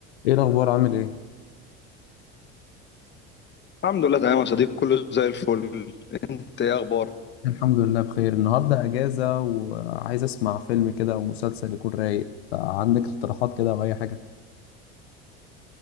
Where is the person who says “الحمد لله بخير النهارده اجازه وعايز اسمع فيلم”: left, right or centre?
Left